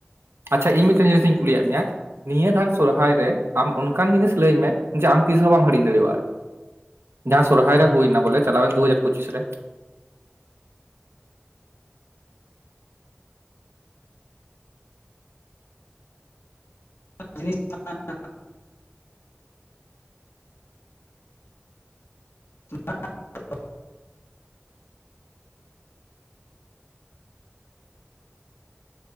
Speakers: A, on the right (about 85°); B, on the left (about 80°).
A: ᱟᱪᱪᱷᱟ ᱤᱧ ᱢᱤᱫᱴᱮᱱ ᱡᱤᱱᱤᱥ ᱤᱧ ᱠᱩᱞᱤᱭᱜ ᱢᱮᱭᱟ? ᱱᱤᱭᱟᱹ ᱫᱷᱟᱱ ᱥᱚᱨᱦᱟᱭ ᱨᱮ ᱟᱢ ᱚᱱᱠᱟᱱ ᱡᱤᱱᱤᱥ ᱞᱟᱹᱭ ᱢᱮ ᱡᱮ ᱟᱢ ᱛᱤᱥᱦᱚᱸ ᱵᱟᱢ ᱦᱤᱲᱤᱧ ᱫᱟᱲᱤᱣᱟᱜ-ᱟ? ᱡᱟᱦᱟᱸ ᱥᱩᱨᱦᱟᱭ ᱨᱮ ᱦᱩᱭ ᱱᱟ ᱵᱚᱞᱮ ᱪᱟᱞᱟ ᱣᱮᱱ ᱫᱩ ᱦᱟᱡᱟᱨ ᱯᱩᱪᱤᱥ ᱨᱮᱼᱼ
B: <inaudible> ᱡᱤᱱᱤᱥ ‌ᱴᱟᱸᱜ <inaudible>